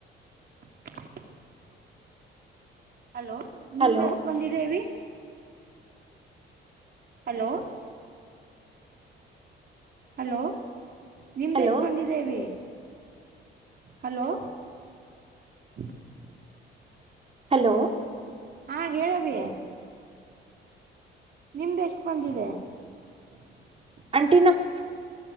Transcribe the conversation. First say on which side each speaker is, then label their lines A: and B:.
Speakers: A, on the right (about 50°); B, on the right (about 30°).
A: <unintelligible> ಹಲೋ ನಿಮ್ದ
B: ಹಲೋ
A: ಎಷ್ಟ ಬಂದಿದೆ ಅವ್ವಿ? <unintelligible> ಹಲೋ? ಹಲೋ ನಿಮ್ದ
B: ಹಲೋ
A: ಎಷ್ಟ ಬಂದಿದೆ ಅವ್ವಿ? ಹಲೋ? <unintelligible>
B: ಹಲೋ?
A: ಹಾ ಹೇಳ ಅವ್ವಿ? <unintelligible> ನಿಮ್ದ ಎಷ್ಟ ಬಂದಿದೆ? <unintelligible>
B: ಆಂಟಿ ನ <unintelligible>